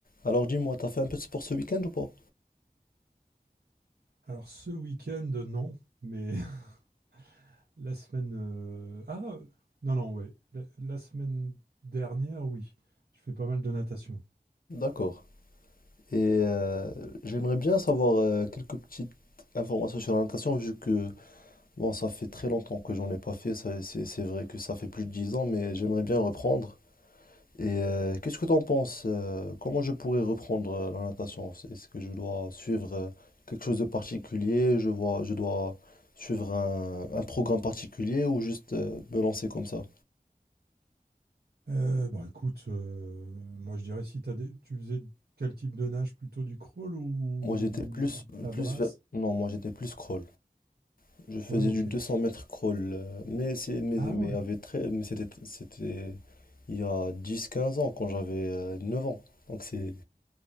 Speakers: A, on the left; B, on the right.
A: Alors dis-moi, t'as fait un peu de sport ce week-end ou pas?
B: Alors ce week-end, non, mais <laughs> la semaine... euh, Ah, non, non, ouais. La, la semaine dernière, oui. Je fais pas mal de natation.
A: D'accord. Et euh, j'aimerais bien savoir euh, quelques petites informations sur la natation, vu que bon, ça fait très longtemps que j'en ai pas fait. ça- C'est c'est vrai que ça fait plus de 10 ans, mais j'aimerais bien reprendre. Et euh, qu'est-ce que t'en penses? euh, comment je pourrais reprendre euh, la natation? C'est- Est-ce que je dois suivre euh, quelque chose de particulier? Je vois, je dois suivre un, un programme particulier ou juste euh, me lancer comme ça?
B: Euh, bon, écoute, euh, moi je dirais si t'as des- tu faisais quel type de nage, plutôt du crawl ou
A: Moi, j'étais plus,
B: la
A: plus
B: brasse?
A: vers- Non, moi, j'étais plus crawl. Je faisais
B: Ouais, ok.
A: du 200 mètres crawl, euh, mais, c'est- mais,
B: Ah
A: mais,
B: ouais.
A: avec très, mais c'était, c'était il y a 10-15 ans, quand j'avais euh, 9 ans. Donc c'est,